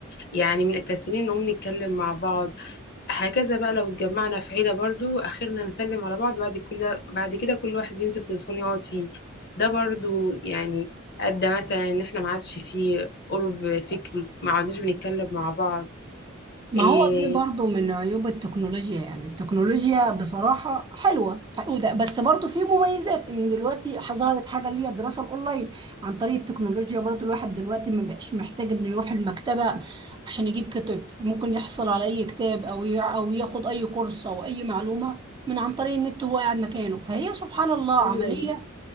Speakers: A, on the left; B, on the right.
A: يعني مكسلين نقوم نتكلم مع بعض هكذا بقى لو اتجمعنا في عيلة برضو آخرنا نسلم على بعض بعد كل بعد كده كل واحد يمسك تليفون يقعد فيه ده برضو يعني أدى مثلا إن إحنا ما عادش فيه قرب فكري ما عدناش بنتكلم مع بعض
B: ما
A: إيه
B: هو دي برضو من عيوب التكنولوجيا يعني التكنولوجيا بصراحة حلوة وده- بس برضو في مميزات ان دلوقتي ظهرت حاجة اللي هي الدراسة الاونلاين عن طريق التكنولوجيا برضو الواحد دلوقتي ما بقاش محتاج انه يروح المكتبة عشان يجيب كتب ممكن يحصل على اي كتاب او ي- او ياخد اي كورس او اي معلومة من عن طريق النت وهو قاعد مكانه فهي سبحان الله
A: أيوة
B: عملية
A: دي